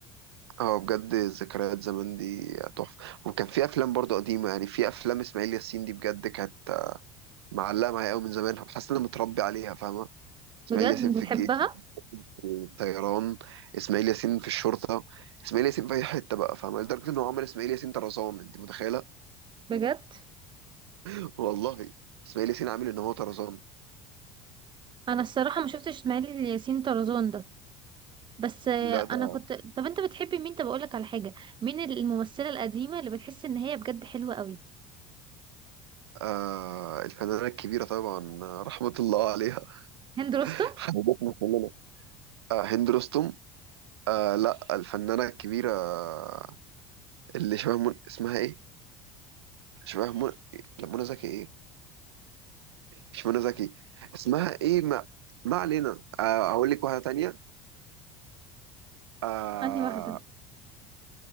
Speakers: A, on the right (about 80°); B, on the right (about 35°).
A: اه بجد ذكريات زمان دي تحفة وكان في أفلام برضه قديمة يعني في أفلام إسماعيل ياسين دي بجد كانت معلقة معايا قوي من زمان حاسس إن أنا متربي عليها فاهمة إسماعيل
B: بجد
A: ياسين
B: انت
A: في
B: بتحبها
A: الجيش الطيران اسماعيل ياسين في الشرطه اسماعيل ياسين في اي حته بقى فاهمه لدرجه ان هو عمل اسماعيل ياسين طرزان انت متخيله
B: بجد
A: <laughs> والله اسماعيل ياسين عامل ان هو طرزان
B: انا الصراحه ما شفتش اسماعيل ياسين طرزان ده بس آه،
A: لا ده
B: انا كنت طب انت بتحبي مين طب اقول لك على حاجه مين الممثله القديمه اللي بتحس ان هي بجد حلوه قوي
A: آه الفنانه الكبيره طبعا آه، رحمه الله عليها <laughs>
B: هند رستم
A: حبيبتنا كلنا آه هند رستم آه لا الفنانه الكبيره آه، اللي شبه من... اسمها ايه شبه من... لا منى زكي ايه مش منى زكي اسمها ايه ما ما علينا آه هقول لك واحده تانية آه
B: انهي واحدة